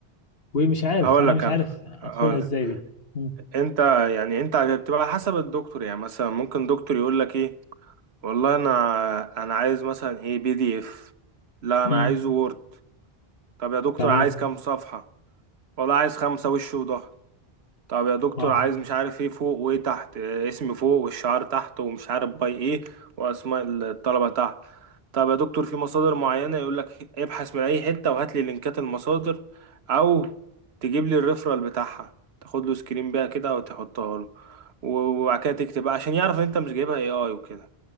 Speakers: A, on the left; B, on the right.
A: ومش عارف
B: هقول
A: انا
B: لك
A: مش
B: انا
A: عارف
B: هقول
A: ادخلها ازاي
B: لك
A: دي مم.
B: انت يعني انت بتبقى على حسب الدكتور يعني مثلا ممكن دكتور يقول لك ايه والله انا انا عايز مثلا ايه بي دي اف لا
A: مم.
B: انا عايزه وورد طب يا دكتور
A: تمام
B: عايز كام صفحة والله عايز خمسة وش وظهر طب يا دكتور
A: اه
B: عايز مش عارف ايه فوق وايه تحت آه، اسم فوق والشعار تحت ومش عارف باي ايه واسماء الطلبة تحت طب يا دكتور في مصادر معينة يقول لك ابحث من اي حتة وهات لي لينكات المصادر او تجيب لي الريفرال بتاعها تاخد له سكرين بيها كده وتحطها له و- وبعد كده تكتب بقى عشان يعرف ان انت مش جايبها اي اي وكده